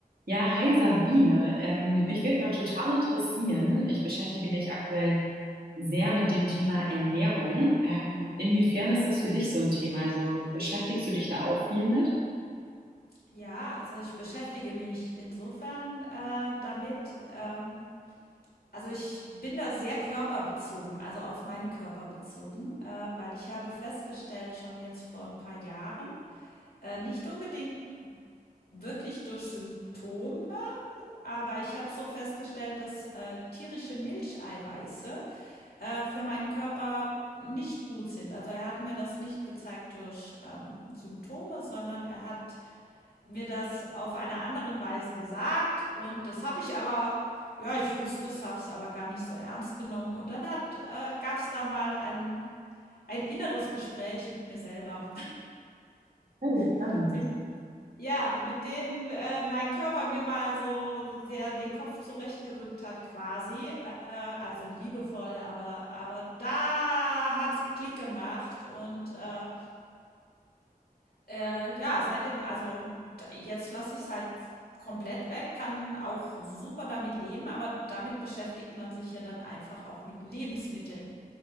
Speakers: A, on the right (about 75°); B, on the left (about 80°).
A: Ja, hi Sabine. Ähm, mich würde mal total interessieren. Ich beschäftige mich aktuell sehr mit dem Thema Ernährung. Ähm, inwiefern ist das für dich so ein Thema? Also beschäftigst du dich da auch viel mit?
B: Ja, also ich beschäftige mich insofern äh, damit. Ähm, also ich bin da sehr körperbezogen, also auf meinen Körper bezogen, äh, weil ich habe festgestellt, schon jetzt vor ein paar Jahren, äh, nicht unbedingt wirklich durch Symptome, aber ich habe so festgestellt, dass äh, tierische Milcheiweiße äh, für meinen Körper nicht gut sind. Also er hat mir das nicht gezeigt durch ähm, Symptome, sondern er hat mir das auf einer anderen Weise gesagt und das habe ich aber ja, ich wusste es, habe es aber gar nicht so ernst genommen und dann hat äh, gab's da mal ein ein inneres Gespräch mit mir selber.
A: Oh, spannend.
B: <laughs> Mit ja, mit dem, äh, mein Körper mir mal so sehr den Kopf zurechtgerückt hat quasi, äh, also liebevoll, aber aber da hat's Klick gemacht und, äh Äh, ja, seitdem also, d jetzt lasse ich es halt komplett weg, kann auch super damit leben, aber damit beschäftigt man sich ja dann einfach auch mit Lebensmitteln.